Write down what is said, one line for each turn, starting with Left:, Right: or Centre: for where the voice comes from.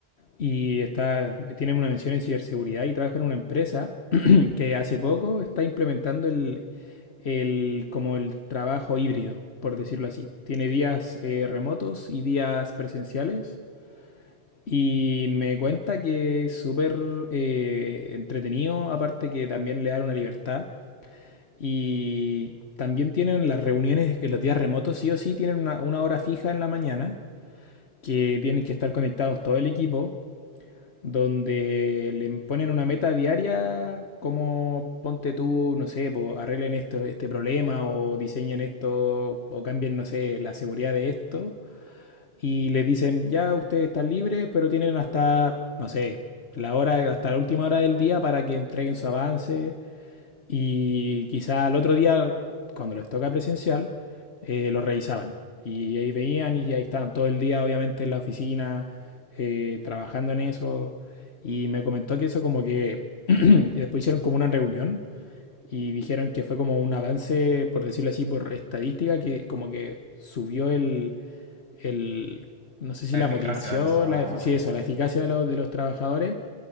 Left: y está, tiene una mención en ciberseguridad y trabaja en una empresa <clears throat> que hace poco está implementando el, el- como el trabajo híbrido, por decirlo así. Tiene días eh, remotos y días presenciales. Y me cuenta que es súper eh, entretenido, aparte que también le da una libertad. Y también tienen las reuniones que los días remotos, sí o sí, tienen una, una hora fija en la mañana, que tienen que estar conectados todo el equipo, donde le ponen una meta diaria como ponte tú, no sé, po, arreglen esto, este problema o diseñen esto o cambien, no sé, la seguridad de esto. Y les dicen, ya ustedes están libres, pero tienen hasta, no sé, la hora, hasta la última hora del día para que entreguen su avance y quizás al otro día, cuando les toca presencial, eh, lo revisaban. Y ahí veían y ahí estaban todo el día, obviamente, en la oficina, eh, trabajando en eso. Y me comentó que eso como que <clears throat> después hicieron como una reunión y dijeron que fue como un avance, por decirlo así, por estadística, que como que subió el, el no sé si
Right: La
Left: la
Right: eficacia
Left: motivación,
Right: de los trabajadores.
Left: la, sí, eso, la eficacia de los, de los trabajadores